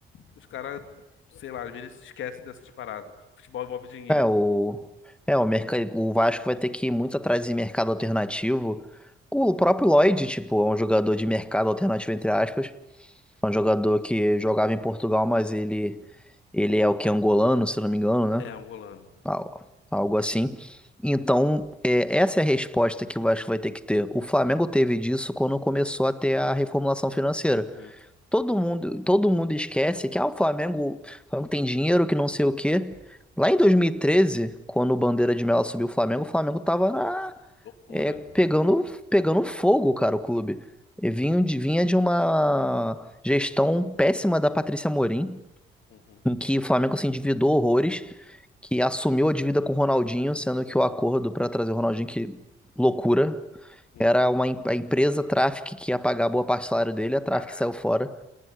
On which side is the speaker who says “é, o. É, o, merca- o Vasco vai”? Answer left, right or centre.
Centre